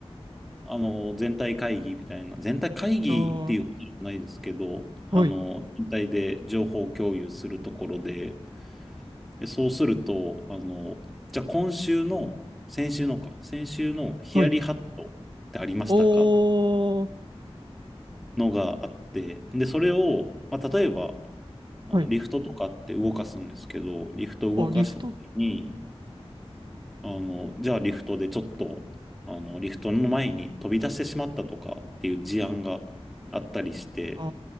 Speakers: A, in the centre; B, on the right.
A: あの、全体会議みたいな、全体会議っていうことじゃないですけど、
B: ああ、
A: あの、
B: はい、
A: 全体で情報共有するところで、で、そうすると、あの、じゃあ今週の、先週のか、先週のヒヤリハットってありましたか
B: はい。おー、
A: のがあって、で、それを、まあ、例えば、あの、
B: はい。
A: リフトとかって動かすんですけど、リフトを動かしたときに、
B: あ、リフト、
A: あの、じゃあリフトでちょっと、あの、リフトの前に飛び出してしまったとかっていう事案があったりして、
B: あ